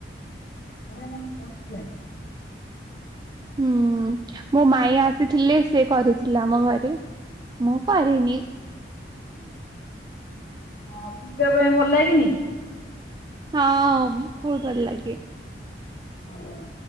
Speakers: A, on the left (about 50°); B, on the right (about 25°).
A: ପଡିବ ମାନେ ମସ୍ତ ଲାଗିବ।
B: ହୁଁ ମୋ ମାଇଁ ଆସିଥିଲେ ସେ କରିଥିଲେ ମୋ ଘରେ। ମୁଁ କରିନି।
A: ହଁ ପିଇବା ପାଇଁ ଭଲ ଲାଗେନି କି?
B: ହଁ ବୋହୁତ ଭଲ ଲାଗେ।
A: ହଁ।